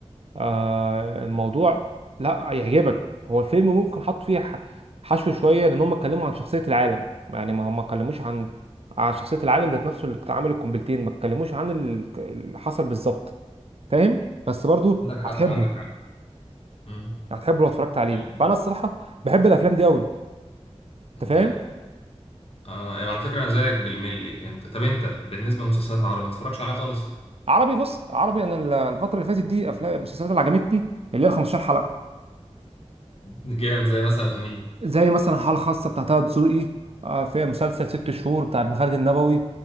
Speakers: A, on the right; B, on the left.
A: آه الموضوع لا يعجبك هو الفيلم ممكن حط فيه ح- حشو شويه لان هم اتكلموا عن شخصيه العالم يعني ما هم ما اتكلموش عن عن شخصيه العالم ذات نفسه اللي عمل القنبلتين ما اتكلموش عن ال- اللي حصل بالظبط فاهم بس برضو
B: عندك حق
A: هتحبه
B: عندك حق مم.
A: هتحبه لو اتفرجت عليه
B: يلا.
A: فانا الصراحه بحب الافلام دي قوي انت فاهم
B: جامد آه يعني على فكرة أنا زيك بالملي أنت طب أنت بالنسبة للمسلسلات العربية ما تتفرجش عليها خالص
A: عربي بص عربي انا ال- الفتره اللي فاتت دي افلام المسلسلات اللي عجبتني اللي هي 15 حلقه
B: جامد زي مثلا مين
A: زي مثلا حاله خاصه بتاع طه دسوقي آه، في مسلسل ست شهور بتاع ابن خالد النبوي